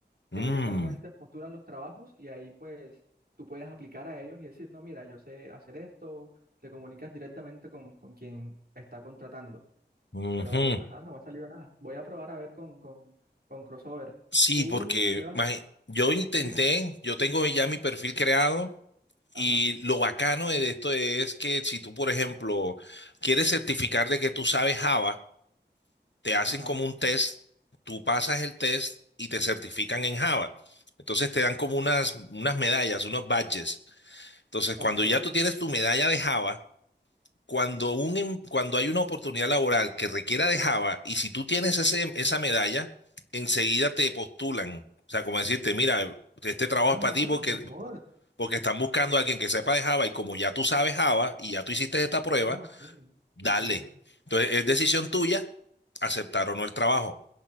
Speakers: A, on the left (about 80°); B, on the right (about 55°).
A: mm,
B: que básicamente postulan los trabajos y ahí pues tú puedes aplicar a ellos y decir, no, mira, yo sé hacer esto, te comunicas directamente con, con quien está contratando.
A: ujú.
B: Pero, ajá, no me ha salido nada. Voy a probar a ver con, con, con Crossover.
A: Sí,
B: ¿Tú
A: porque
B: llevas?
A: imagi- yo intenté,
B: ¿Sí?
A: yo tengo ya mi perfil creado
B: Ajá,
A: y lo bacano de esto es que si tú, por ejemplo, quieres certificar de que tú sabes Java, te hacen
B: ajá.
A: como un test, tú pasas el test y te certifican en Java. Entonces te dan como unas, unas medallas, unos badges. Entonces,
B: Ok.
A: cuando ya tú tienes tu medalla de Java, cuando, un, em- cuando hay una oportunidad laboral que requiera de Java, y si tú tienes ese, esa medalla, enseguida te postulan. O sea, como decirte, mira, este trabajo
B: Ah,
A: es
B: no,
A: para ti
B: pues
A: porque,
B: mejor.
A: porque están buscando a alguien que sepa de Java y como ya tú sabes Java y ya tú hiciste esta prueba,
B: Ah, ok.
A: dale.
B: Sí, sí, sí.
A: Entonces, es decisión tuya aceptar o no el trabajo.